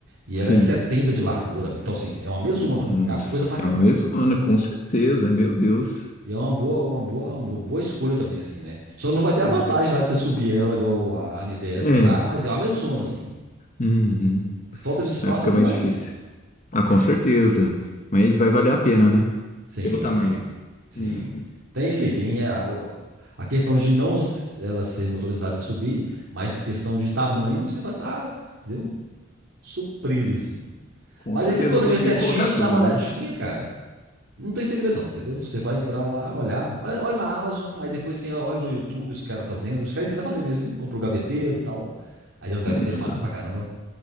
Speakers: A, on the right; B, on the left.
A: E
B: Sim.
A: ela é 70 de largura. Então, assim, é uma mesona.
B: Nossa,
A: Cabe coisa pra caramba.
B: é uma mesona, com certeza, meu Deus.
A: E é uma boa, uma boa, uma boa escolha também, assim, né? Só não vai ter a vantagem
B: Hum.
A: lá de você subir ela igual a Anidesk
B: É,
A: lá, mas é uma mesona, assim.
B: uhum.
A: Falta de espaço
B: Aí fica
A: você não
B: mais
A: vai
B: difícil.
A: ter.
B: Ah,
A: É,
B: com certeza. Mas vai valer a pena, né?
A: sim,
B: Pelo tamanho.
A: sim, sim.
B: Uhum.
A: Tem isso aí, tem a, o- a questão de não s- ela ser motorizada e subir, mas questão de tamanho você vai estar, entendeu? Suprido, assim.
B: Com
A: Mas
B: certeza
A: aí você planeja
B: vou conseguir
A: certinho
B: colocar
A: e
B: tudo,
A: dá uma olhadinha,
B: né?
A: cara. Não tem segredão, entendeu? Você vai entrar lá, olhar, olha na Amazon, aí depois você olha no YouTube os caras fazendo, os caras ensinam a fazer mesmo, viu? Compra o gaveteiro e tal. Aí tem uns gaveteiros
B: Nossa,
A: massa pra caramba.